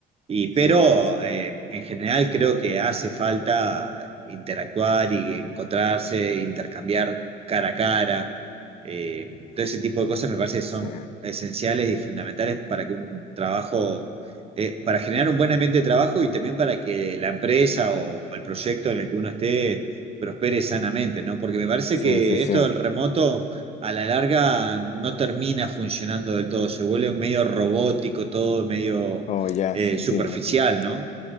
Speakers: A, on the right; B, on the left.
A: Y,
B: sí,
A: pero
B: sí, sí,
A: eh, en general creo que hace falta interactuar y encontrarse, intercambiar cara a cara. Eh, todo ese tipo de cosas me parece que son
B: sí,
A: esenciales y fundamentales para que un trabajo, eh, para generar un buen ambiente de trabajo y también para que la empresa o el proyecto en el que uno esté prospere sanamente, ¿no? Porque me parece
B: sí,
A: que
B: sí, sí.
A: esto del remoto a la larga no termina funcionando del todo, se vuelve medio robótico, todo medio
B: Oh, ya,
A: eh,
B: sí, entiendo.
A: superficial,
B: Ujú.
A: ¿no?